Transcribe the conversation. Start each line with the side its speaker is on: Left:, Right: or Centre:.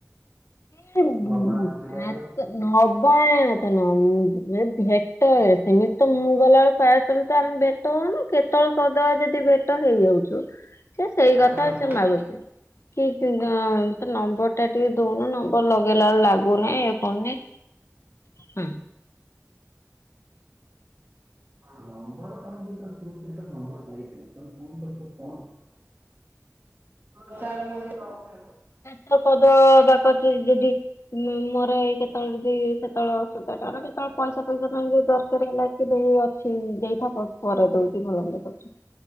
Left: ସିଏ
Right: ତୁ
Left: <unintelligible>
Right: ଅଗଣାରେ ଛିଡ଼ା ହେଲୁ
Left: ନବା <unintelligible> ଭେଟ ହେ ସେମିତି ତ ମୁଁ ଗଲାବୋଳୁ ପାଅ ସମୟ ତ ଆମେ ଭେଟ ହୋଉନୁ କେତୋବୋଳେ <unintelligible> ଯଦି ଭେଟ ହେଇଯାଉଚୁ ସିଏ ସେଇ କଥା
Right: ଆଚ୍ଛା ତୁ
Left: ସିଏ
Right: କଣ
Left: ମାଗୁଛି କି <unintelligible> ନମ୍ବର୍ ଟା ଦୋଉନୁ ନମ୍ବର୍ ଲଗେଇଲା ଆଳୁ ଲାଗୁନେଇଁ ଇଏ କରୁନି ହୁଁ।
Right: ହଁ ନମ୍ବର ତମକୁ ତ <unintelligible> ନମ୍ୱର ଦେଇଦେଲି <unintelligible> <unintelligible>
Left: <unintelligible> ମୋରୋ ଏକେ <unintelligible> ଯଦି କେତୋବୋଳେ ଅସୁବିଧା ତାର <unintelligible> ପଇସା ଫଇସା ପାଇଁ ଯଦି ଦରକାର୍ ହେଲା କି ଦେଇ ଅଛି ଦେଇଥା ପ ପରେ ଦୋଉଚି ଭଲ ମନ୍ଦ କରୁଚି